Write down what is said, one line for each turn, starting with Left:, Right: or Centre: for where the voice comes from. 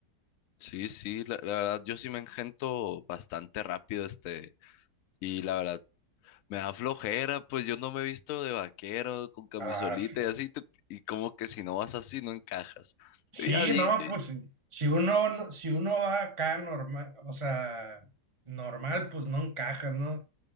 Left: Sí, sí, la, la verdad, yo sí me engento bastante rápido, este, y la verdad, Me da flojera, pues yo no me he visto de vaquero, con camisolita
Right: Ah, sí.
Left: y así, te- y como que si no vas así, no encajas.
Right: Sí,
Left: Yo ya di.
Right: no,
Left: yo-
Right: pues si uno, no- si uno va acá normal, o sea, normal, pues no encajas, ¿no?